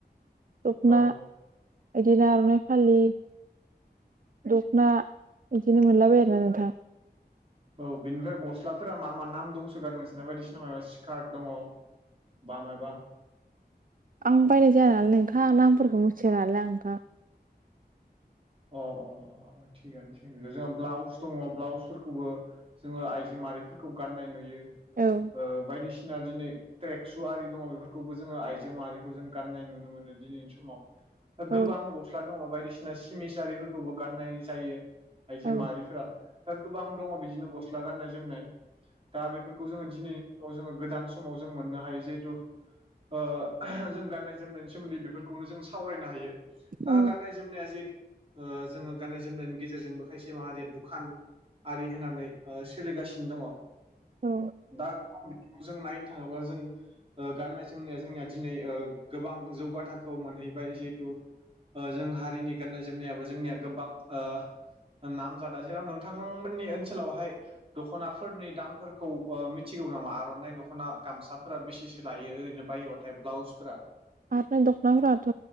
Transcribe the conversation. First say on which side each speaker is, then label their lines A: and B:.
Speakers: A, on the right; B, on the right.
A: दख'ना
B: औ
A: बिदिनो आर'नाइ फालि दख'ना बिदिनो मोनलाबायो आरोना नोंथां
B: औ बेनिफ्राय गस्लाफोरा मा मा नाम दंसोगारो नोंसोरना बायदिसिना मा स्कार्ट दङ बा मायबा
A: आं बायनाय जाया नालाय नोंथां नामफोरखौ मिथिया नालाय नोंथां।
B: अ अ अ थिगानो थि जोंहा ब्लाउस दङ ब्लाउसफोरखौबो जोङो आइजो माहारिफोरखौ गाननाय नुयो।
A: औ
B: ओ बायदिसिना दिनै ट्रेक्सु आरि दङ बेफोरखौबो जोङो आइजो माहारिखौ जों गाननाय नुनो मोनो दिनै समाव दा
A: औ
B: गोबां गस्ला दङ बायदिसिना सिमिस आरिफोरखौबो गाननाय जायो। आइजो
A: औ
B: माहारिफोरा दा गोबां दङ बिदिनो गस्ला गाननाय जोमनाय। दा बेफोरखौ जोंङो दिनैनि जोङो गोदान समाव जों मोननो हायो जिहेथु ओ जों गान्नाय जोमनायनि सोमोन्दै बेफोरखौनो जों सावरायनो हायो। दा
A: औ
B: गाननाय जोमनाया जिहेथु ओ जोङो गाननाय जोमनायनि गेजेरजोंबो खायसे माहारिया दुखान आरि होनानै सोलिगासिनो दङ'
A: औ
B: दा जों नायनो थांङोबा जों ओ गाननाय जोमनाया जोंनिया दिनै ओ गोबां जौगााथखौ मोनहैबाय जिहेथु जों हारिनि गाननाय जोमनायाबो जोंनिया गोबां ओ नामजादा जेराव नोंथांमोननि ओनसोलावहाय दख'नाफोरनि दामफोरखौ मिथिगौ नामा आर'नाइ दख'ना गामसाफोरा बेसेसो लायो ओरैनो बायोबा ब्लाउसफोरा
A: आरनाय दख'नाफोराथ'